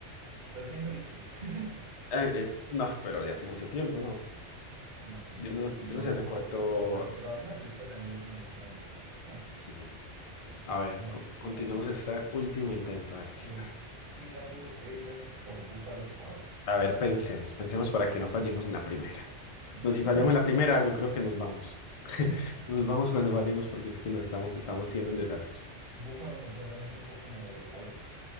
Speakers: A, on the right (about 50°); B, on the left (about 65°).
A: Pero tienen películas. <laughs>
B: Eh,
A: Las-
B: es, no, pero de hace mucho tiempo, no.
A: No sé,
B: Yo no,
A: no
B: yo no sé
A: recuerdo
B: hace cuánto.
A: qué tanto, pero, pero a mí las películas de Angry Birds me, me gustaron. <laughs>
B: Sí. A ver,
A: Bueno,
B: co-
A: sigamos.
B: continuemos este último intento, a ver qué
A: el
B: tal.
A: Singapore Airlines o Buffalo Sabres.
B: A ver, pensemos, pensemos para que no fallemos en la primera. No,
A: Buffalo,
B: si fallamos en la primera, yo creo que nos vamos.
A: <laughs>
B: <laughs> Nos vamos cuando fallemos porque es que no estamos, estamos siendo un desastre.
A: Buffalo me suena a un equipo como de algo.